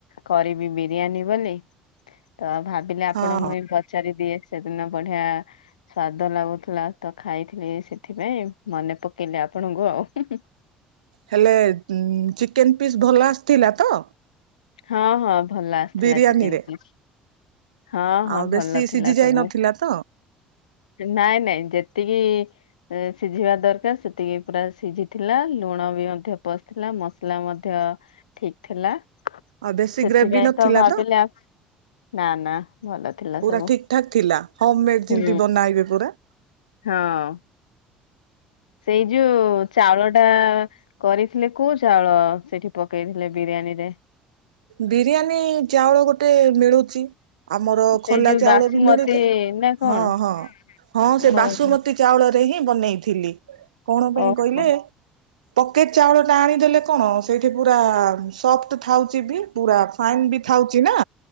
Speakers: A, on the left; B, on the right.
A: କରିବି ବିରିୟାନୀ ବୋଲି ତ ଭାବିଲେ ଆପଣଙ୍କୁ
B: ହଁ ହଁ।
A: ବି ପ ଚାରି ଦିଏ ସେଦିନ ବଢିଆ ସ୍ଵାଦ ଲାଗୁଥିଲା ତ ଖାଇଥିଲି ସେଥିପାଇଁ ମନେ ପକେଇଲେ ଆପଣଙ୍କୁ ଆଉ। ଉଁ ହୁଁ ହୁଁ।
B: ହେଲେ ଉଁ ଚିକେନ ପିସ୍ ଭଲ ଆସିଥିଲା ତ?
A: ହଁ ହଁ ଭଲ ଆସିଥିଲା
B: ବିରିୟାନୀରେ?
A: ଚିକେନ ପିସ୍। ହଁ
B: ଆଉ
A: ହଁ
B: ବେଶୀ
A: ଭଲ
B: ସିଝି
A: ଥିଲା
B: ଯାଇ
A: ସବୁ।
B: ନଥିଲା ତ
A: ନାଇଁ ନାଇଁ ଯେତିକି ଏ ସିଝିବା ଦରକାର ସେତିକି ପୁରା ସିଝିଥିଲା। ଲୁଣ ବି ମଧ୍ୟ ପସିଥିଲା। ମସଲା ମଧ୍ୟ ଠିକ ଥିଲା।
B: ଆଉ ବେଶୀ
A: ସେଥିପାଇଁ
B: ଗ୍ରେଭି ନଥିଲା
A: ତ ଭାବିଲେ ଆଉ ନା ନା ଭଲ ଥିଲା
B: ପୁରା
A: ସବୁ।
B: ଠିକ ଠାକ ଥିଲା ହମ ମେଡ
A: ହୁଁ
B: ଯେମିତି ବନାଇବେ ପୁରା।
A: ହଁ। ସେଇ ଯୋଉ ଚାଉଳ ଟା କରିଥିଲେ କୋଉ ଚାଉଳ ସେଠି ପକେଇଥିଲେ ବିରିୟାନୀ ରେ?
B: ବିରିୟାନୀ ଚାଉଳ ଗୋଟେ ମିଳୁଚି। ଆମର
A: ସେଇ
B: ଖୋଲା
A: ଯୋଉ
B: ଚାଉଳ
A: ବାସୁମତୀ
B: ବି ମିଳୁଥା
A: ନା କଣ?
B: ହଁ ହଁ ହଁ
A: ଓହୋ।
B: ସେ ବାସୁମତୀ ଚାଉଳରେ ହିଁ ବନେଇଥିଲି। କଣ ପାଇଁ
A: ଓହୋ
B: କହିଲେ ପକେଟ ଚାଉଳ ଟା ଆଣିଦେଲେ କଣ ସେଇଠି ପୁରା ସଫ୍ଟ ଥାଉଚି ବି। ପୁରା ଫାଇନ ବି ଥାଉଚି ନା?